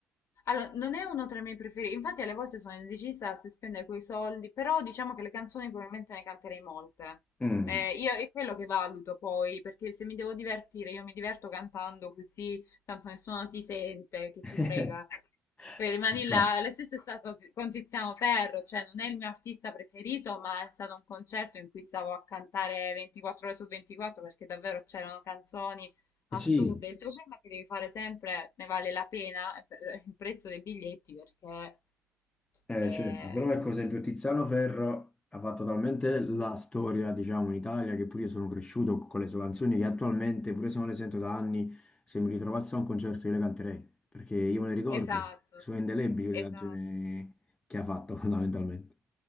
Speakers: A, on the left (about 55°); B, on the left (about 20°).
A: Allora, non è uno tra i miei preferiti, infatti alle volte sono indecisa se spendere quei soldi, però diciamo che le canzoni probabilmente ne canterei molte.
B: Mm.
A: Eh, io è quello che valuto poi, perché se mi devo divertire, io mi diverto cantando così, tanto nessuno ti sente, che
B: <laughs>
A: ti frega. Poi rimani
B: Ci sta.
A: là, la stessa è stato con Tiziano Ferro, cioè non è il mio artista preferito, ma è stato un concerto in cui stavo a cantare 24 ore su 24 perché davvero c'erano canzoni Assurdo,
B: Eh sì,
A: il problema è che devi fare sempre, ne vale la pena eh, per <laughs> il prezzo dei biglietti perché
B: Eh,
A: eh,
B: certo, però ecco, per esempio Tiziano Ferro ha fatto talmente la storia, diciamo, in Italia che pure io sono cresciuto con le sue canzoni che attualmente, pure se non le sento da anni, se mi ritrovassi a un concerto io le canterei, perché io me le ricordo,
A: esatto,
B: sono indelebili
A: esatto.
B: le canzoni che ha fatto fondamentalmente.